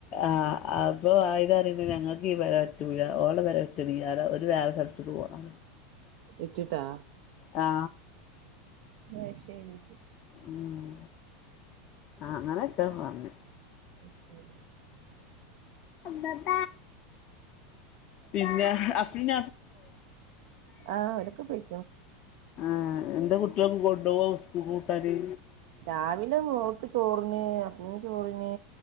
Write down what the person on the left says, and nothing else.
ആ അപ്പൊ ആയതറിമ്പൊ ഞങ്ങക്കീ പെര പറ്റൂല ഓളെ പെരവിറ്റണ് ആര ഒരു വേറെ സ്ഥലത്ത്ന്ന് പോണം
ആ
മം അങ്ങനെക്കാ പറഞ്ഞു
ബബ പിന്നെ അഫ്രൻ
ആ എന്റെ കുട്ടിക ഗൊഡ സ് കൂട്ടാല്